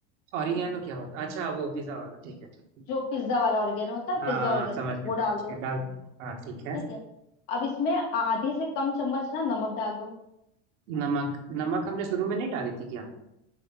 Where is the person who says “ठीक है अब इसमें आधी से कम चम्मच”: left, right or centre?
Left